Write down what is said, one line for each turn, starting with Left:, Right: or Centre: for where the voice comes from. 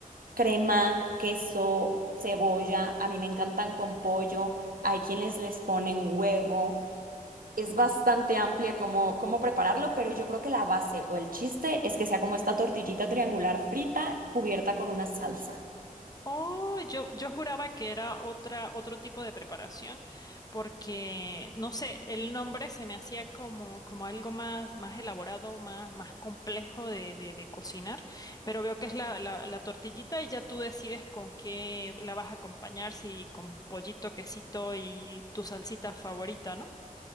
Right: crema, queso, cebolla. A mí me encantan con pollo. Hay quienes les ponen huevo es bastante amplia cómo, cómo prepararlo, pero yo creo que la base o el chiste es que sea como esta tortillita triangular frita cubierta con una salsa.
Left: Oh, yo, yo juraba que era otra, otro tipo de preparación, porque no sé, el nombre se me hacía como, como algo más, más elaborado, más, más complejo de, de, de cocinar, pero veo que es la, la, la tortillita y ya tú decides con qué la vas a acompañar, si con pollito, quesito y tu salsita favorita, ¿no?